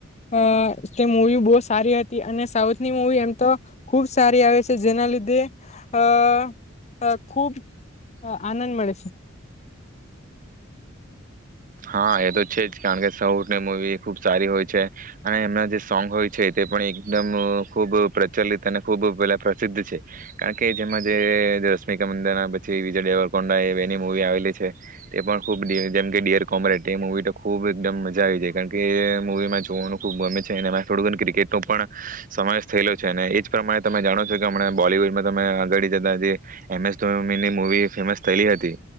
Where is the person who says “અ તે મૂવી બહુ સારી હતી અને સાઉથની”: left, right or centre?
Left